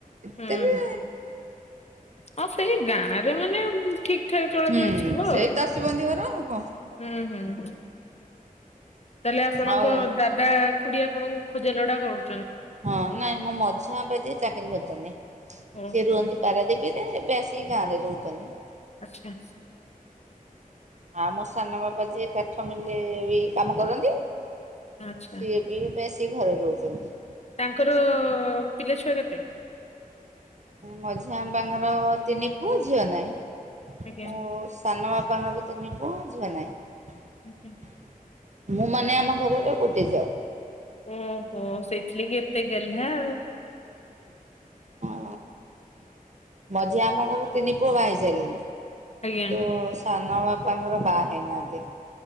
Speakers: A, on the right; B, on the left.
A: ଏତେ
B: ହୁଁ
A: ବି
B: ହୁଁ ହଁ ସେଇ ଗାଁ ରେ ମାନେ ଠିକ୍। ଏଠାରେ ଚଳାଚଳି
A: ହୁଁ
B: ଥିବ
A: ସେଇ
B: ଆଉ
A: ଚାଷୀ ବନ୍ଧି ଘର ଆଉ କଣ।
B: ହୁଁ ହୁଁ ହୁଁ। ତାହେଲେ ଆପଣଙ୍କ
A: ଆଉ
B: ଦାଦା ଖୁଡି ଆପଣଙ୍କୁ ଖୋଜାଲୋଡା କରୁ
A: ହଁ ନାଇଁ ମୋ ମଝିଆ ବାପା ଯିଏ ଚାକିରି କରିଚନ୍ତି
B: ଓହୋ
A: ସେ ରୁହନ୍ତି ପାରାଦୀପି। ଏ ବେଶୀ ଗାଁରେ ରହୁଚନ୍ତି।
B: ଆଚ୍ଛା।
A: ଆଉ ମୋ ସାନ ବାପା ଯିଏ କାଠ ମିଲି ବି କାମ କରନ୍ତି।
B: ଆଚ୍ଛା
A: ସିଏ ବି ବେଶୀ ଘରେ ରହୁଚନ୍ତି।
B: ତାଙ୍କର ପିଲା ଛୁଆ କେତେ?
A: ମଝିଆ ବାପା ଙ୍କର ତିନି ପୁଅ ଝିଅ ନାହିଁ
B: ଆଜ୍ଞା
A: ମଓଉସ। ସାନ ବାପାଙ୍କର ତିନି ପୁଅ ଝିିଅ ନାହିଁ
B: ଆଜ୍ଞା
A: ମୁଁ ମାନେ
B: ତ
A: ଆମ ଘରର ଗୋଟେ ଝିଅ।
B: ଓହୋ ସେଥିଲାଗି ଏତେ ଗେହ୍ଲା ଆଉ।
A: ଓ ମଝିଆ ବାପାଙ୍କର ତିନିପୁଅ ବାହା ହେଇ ସାଇଲେଣିି।
B: ଆଜ୍ଞା
A: ତୁ ସାନ ବାପାଙ୍କର ବାହା ହେଇନାହାନ୍ତି।